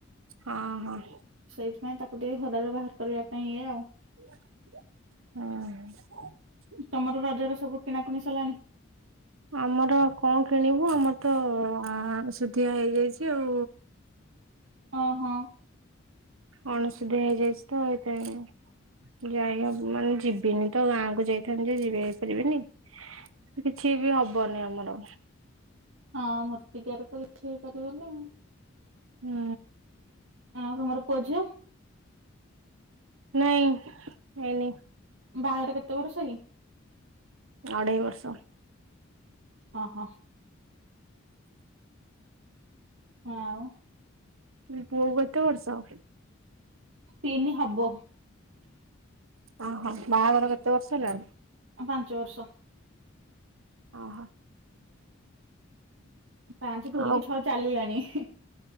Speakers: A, on the right (about 85°); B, on the right (about 65°).
A: ହଁ ହଁ।
B: ସେଇଥିପାଇଁ ତାକୁ ଟିକେ ଖରାରେ ବାହାର କରିବା ପାଇଁ ଇଏ ଆଉ।
A: ହଁ ହଁ।
B: ତମର ରଜର ସବୁ କିଣାକୁଣି ସରଲାଣି?
A: ଆମର କଣ କିଣିବୁ ଆମର ତ ଅ ଅ ଆଁ ଆଁ ଅଣସୁଧିଆ ହେଇଯାଇଛି ଆଉ।
B: ହଁ ହଁ।
A: ଅଣସୁଧିଆ ହେଇଯାଇଚି ତ ହେଇଥିପାଇଁ। ଯାଇବାକୁ ମାନେ ଯିବିନି ତ ଗାଁ କୁ ଯାଇଥାନ୍ତି ଯେ ଯେହେତୁ ଯିବିନି କିଛି ବି ହବନି ଆମର।
B: ହଁ ମୂର୍ତ୍ତିକିଆରେ ତ କିଛି କରିବନି ଆଉ।
A: ହୁଁ
B: ଆଉ ତମର ପୁଅ ଝିଅ?
A: ନାଇଁ ହେଇନି।
B: ବାହାଘର କେତେ ବର୍ଷ କି?
A: ଅଢ଼େଇ ବର୍ଷ।
B: ଅଁ ହଁ। ହଁ ଆଉ
A: ହୁଁ ପୁଅକୁ କେତେ ବର୍ଷ?
B: ତିନି ହବ।
A: ଓହୋ ବାହାଘର କେତେ ବର୍ଷ ହେଲାଣି?
B: ପାଞ୍ଚ ବର୍ଷ।
A: ଅହ।
B: ପଞ୍ଚେ ପୁରିକିି
A: ଆଉ
B: ଛଅ ଚାଲିଲାଣି ହିଁ।